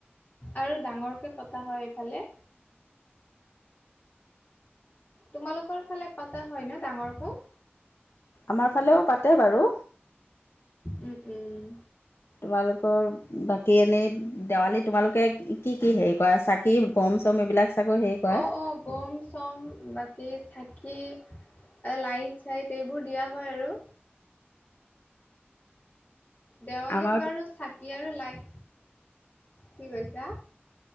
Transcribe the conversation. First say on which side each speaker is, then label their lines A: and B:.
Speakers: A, on the left; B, on the left.
A: আৰু ডাঙৰকৈ পতা হয় এইফালে। তোমালোকৰ ফালে পতা হয় ন ডাঙৰকৈ?
B: আমাৰ ফালেও পাতে বাৰু
A: উম উম।
B: তোমালোকৰ বাকী এনেই দেৱালী তোমালোকে কি কি হেৰি কৰা চাকি বম চম এইবিলাক চাগৈ হেৰি কৰা
A: অঁ অঁ বম-চম বাকী চাকি কি লাইট চাইট এইবোৰ দিয়া হয় আৰু দেৱালীত
B: আমাৰ
A: বাৰু চাকি আৰু লাই, কি কৈছা?